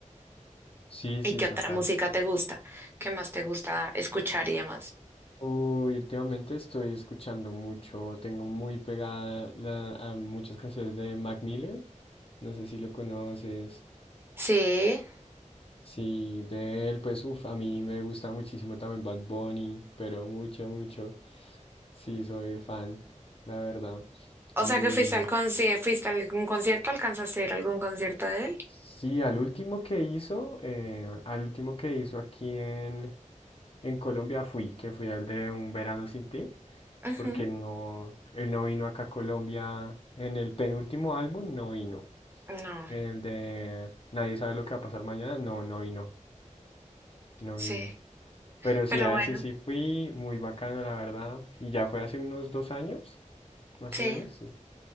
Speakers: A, on the left (about 45°); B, on the right (about 15°).
A: sí,
B: ¿Y
A: sí,
B: qué
A: total.
B: otra música te gusta? ¿Qué más te gusta escuchar y demás?
A: Uy, últimamente estoy escuchando mucho, tengo muy pegada la- a muchas canciones de Mac Miller, no sé si lo conoces.
B: Sí,
A: Sí, de él, pues, uff, a mí me gusta muchísimo también Bad Bunny, pero mucho, mucho. Sí, soy fan, la verdad.
B: o
A: Y
B: sea que fuiste al conci- fuiste a algún concierto, ¿alcanzaste a ir a algún concierto de él?
A: Sí, al último que hizo, eh, al último que hizo aquí en, en Colombia fui, que fui al de Un Verano Sin Ti,
B: Ujú.
A: porque no, él no vino acá a Colombia en el penúltimo álbum, no vino.
B: No,
A: En el de Nadie sabe lo que va a pasar mañana, no, no vino, no
B: sí,
A: vino. Pero sí,
B: pero
A: a
B: bueno,
A: ese sí fui, muy bacano, la verdad, y ya fue hace unos dos años, más
B: sí,
A: o menos, sí.